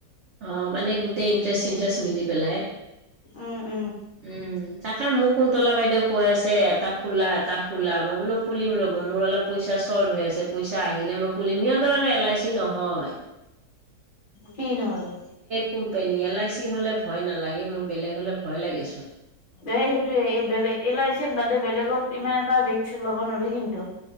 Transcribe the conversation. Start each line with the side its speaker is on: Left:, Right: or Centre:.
Right: অ', মানে গোটেই ইণ্টাৰেষ্ট চিন্টাৰেষ্ট মিলি পেলাই।
Left: উম, উম।
Right: উম। তাকে মোক কুন্তলা বাইদেউ কৈ আছে এটা খোলা, এটা খোলা, মই বোলো খুলিম ৰ'ব মোৰ অলপ পইচা চৰ্ট হৈ আছে পইচা আহিলে মই খুলিম, সিহঁতৰ আৰু এল আই চি নহয়।
Left: কি নহ'লে?
Right: কোম্পেনী, এল আই চি হলে ভয় নালাগে মোৰ বেলেগ হ'লে ভয় লাগে।
Left: এ সেইটোয়ে এই বেলেগ এল আই ছিৰ বাদে বেলেগত ইমান এটা ৰিক্স ল'ব নোৱৰি কিন্তু।